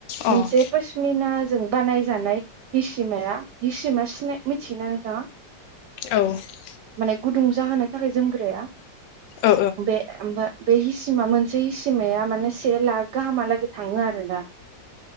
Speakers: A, on the left (about 75°); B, on the right (about 70°).
A: अ औ
B: मोनसे पसमिनाजों बानायजानाय हिसिमाया हिसिमा सिनाय मिथियोना नोंथाङा?
A: ओ
B: माने गुदुं जाहोनो थाखाय जोमग्राया
A: ओ
B: बे ओमफ्राय बे हिसिमा मोनसे हिसिमाया माने से लाख गाहामहालागै थाङो आरोना।